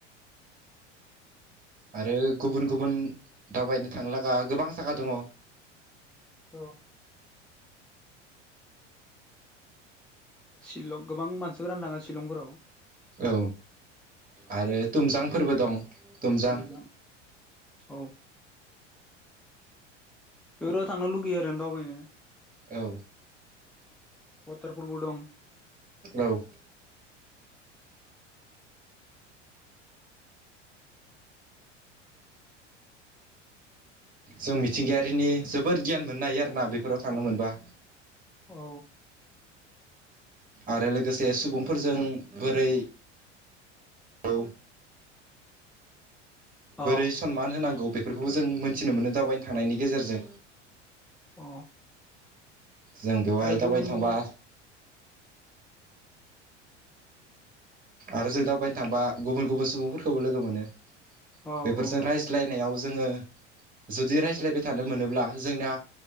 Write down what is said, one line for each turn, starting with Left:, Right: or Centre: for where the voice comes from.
Right: आरो गुबुन गुबुन दावबायनो थांनो लागा गोबां जागा दङ।
Centre: औ। शिलं गोबां मानसिफोरा थाङो शिलंफोराव।
Right: औ आरो दुमजांफोरबो दं। तुमजां
Centre: टुमजां औ। बेफोराव थांनो लुगैयो आरो दावबायनो।
Right: औ
Centre: वाटारफलबो दं
Right: औ। जों मिथिंगायारिनि जोबोद गियान मोननो हायो आरोना बेफोराव थांनो मोनबा।
Centre: औ
Right: आरो लोगोसे सुबुंफोरजों बोरै औ बोरै
Centre: अ
Right: सनमान होनांगौ बेफोरखौबो जों मोनथिनो मोनो दावबायनो थांनायनि गेजेरजों।
Centre: अ
Right: जों बेवहाय
Centre: आरो गुबुन
Right: दाबायनो थांबा
Centre: गुबुन
Right: आरो जों दावबायनो थांबा गुबुन गुबुन सुबुंफोरखौबो लोगो मोनो।
Centre: औ
Right: बेफोरजों
Centre: औ
Right: रायज लायनायाव जोङो। जुदि रायज्लायबाय थानो मोनोब्ला जोंना